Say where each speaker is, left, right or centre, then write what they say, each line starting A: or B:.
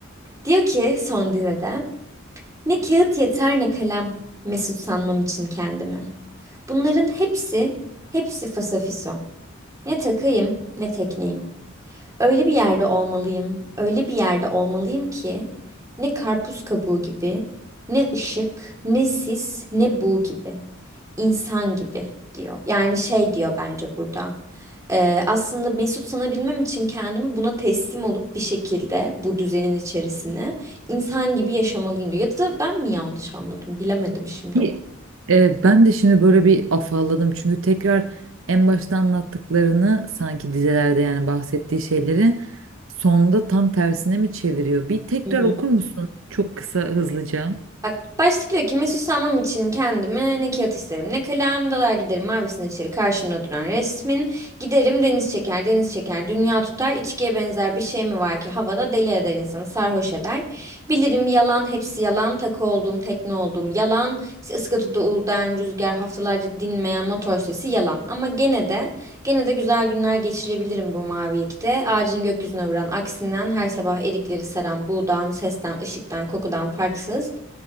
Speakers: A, on the right (about 15°); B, on the right (about 70°).
A: Diyor ki son dizede. Ne kağıt yeter ne kalem mesut sanmam için kendimi. Bunların hepsi, hepsi fasafiso. Ne takayım ne tekneyim. Öyle bir yerde olmalıyım, öyle bir yerde olmalıyım ki ne karpuz kabuğu gibi, ne ışık, ne sis, ne bu gibi insan gibi diyor. Yani şey diyor bence burada. Ee, aslında Mesut sanabilmem için kendimi buna teslim olup bir şekilde bu düzenin içerisine insan gibi yaşamalıyım diyor. Ya da ben mi yanlış anladım bilemedim şimdi
B: Bir-
A: o
B: e, ben de şimdi böyle bir afalladım çünkü tekrar en başta anlattıklarını sanki dizelerde yani bahsettiği şeyleri sonda tam tersine mi çeviriyor? Bir tekrar
A: konuyu.
B: okur musun? Çok kısa hızlıca.
A: Bak başta diyor ki mesut sanmam için kendime ne kağıt isterim ne kalem dalar giderim mavisine içeri karşımda duran resmin giderim deniz çeker deniz çeker dünya tutar içkiye benzer bir şey mi var ki havada deli eder insanı sarhoş eder bilirim yalan hepsi yalan takı olduğum tekne olduğum yalan işte ıskatıda uğuldayan rüzgar haftalarca dinmeyen motor sesi yalan ama gene de Gene de güzel günler geçirebilirim bu mavilikte. Ağacın gökyüzüne vuran aksinden her sabah erikleri saran buğdan, sesten, ışıktan, kokudan farksız.